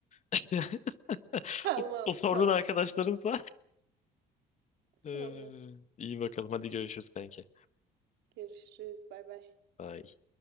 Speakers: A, on the left; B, on the right.
A: <laughs>
B: <laughs> Tamam
A: O, o sorduğun
B: tamam.
A: arkadaşlarınsa. Ee,
B: Tamam.
A: iyi bakalım. Hadi görüşürüz kanki.
B: Görüşürüz. Bay bay.
A: Bye.